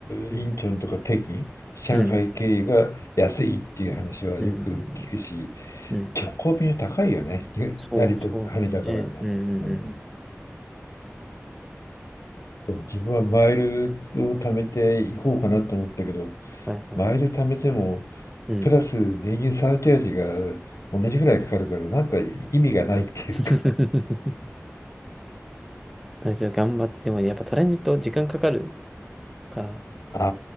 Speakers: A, in the centre; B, on the left.
A: うん、
B: インチョンとか北京、上海経由が安いっていう話はよく聞くし、
A: うん、うん、うん。うん
B: 結構便高いよね。成田、
A: そう、そうなんですよね。
B: 羽田からが。
A: うん、うん、
B: うん、
A: うん。
B: いや自分はマイルを貯めていこうかなと思ったけど、
A: はい、はい。
B: マイル貯めても、
A: うん。
B: プラス燃油サーチャージが同じぐらいかかるから、なんか意味がないっていうか。
A: <laughs> 私は頑張っても、やっぱトランジット時間かかるから、
B: あ